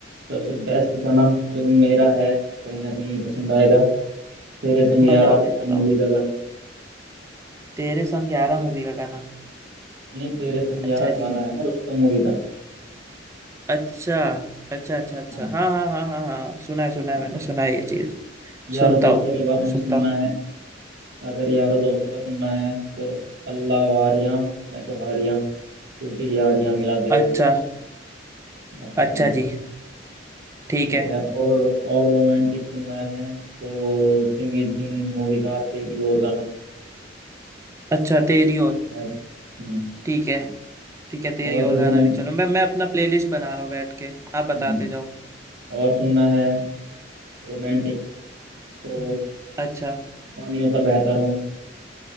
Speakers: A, on the right; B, on the right.
A: सबसे बेस्ट गाना जो मेरा है कहीं ना कहीं पसंद आएगा तेरे संग
B: बताओ
A: यारा रुस्तम
B: भाई बताओ
A: मूवी का गाना
B: तेरे संग यारा मूवी का गाना
A: नहीं तेरे संग
B: अच्छा
A: यारा गाना
B: जी
A: है रुस्तम मूवी का
B: अच्छा अच्छा अच्छा अच्छा
A: हाँ
B: हाँ हाँ हाँ हाँ हाँ सुना है सुना
A: ठीक
B: है मैंने
A: है
B: सुना है ये चीज
A: यारो
B: सुनता
A: दोस्तों
B: हूँ
A: के बारे में
B: सुनता
A: सुनना
B: हूँ
A: है अगर यारो दोस्तों का सुनना है तो अल्लाह वारियां मैं तो हारियां टूटी यारियां मिला दे
B: अच्छा
A: ओए मस्त
B: अच्छा
A: गाना
B: जी ठीक
A: ठीक
B: है
A: है और और रोमांटिक सुनना है तो सिंग इज किंग मूवी का तेरी और गाना
B: अच्छा तेरी और
A: मस्त हम्म
B: ठीक है ठीक है तेरी
A: और भी
B: और गाना
A: रोमांट
B: भी चलो मैं मैं अपना प्लेलिस्ट बना रहा हूँ बैठ के आप बताते
A: हम्म
B: जाओ
A: और सुनना है रोमांटिक तो
B: हम्म, अच्छा
A: पानियों सा बहता रहूं